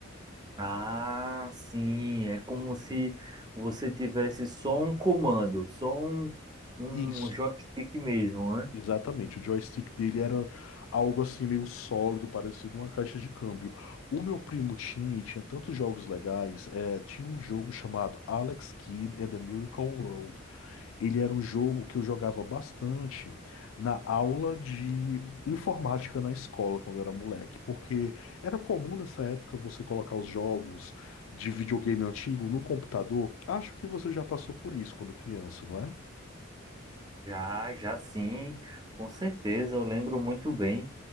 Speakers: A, on the right; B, on the left.
A: Ah, sim, é como se você tivesse só um comando, só um, um
B: Isso,
A: joystick mesmo, né?
B: exatamente. O joystick dele era algo assim meio sólido, parecido uma caixa de câmbio. O meu primo tinha e tinha tantos jogos legais. eh, tinha um jogo chamado Alex Kidd and the Miracle World. Ele era um jogo que eu jogava bastante na aula de informática na escola quando eu era moleque, porque era comum nessa época você colocar os jogos de videogame antigo no computador. Acho que você já passou por isso quando criança, não
A: Já, já sim, com certeza. Eu lembro muito bem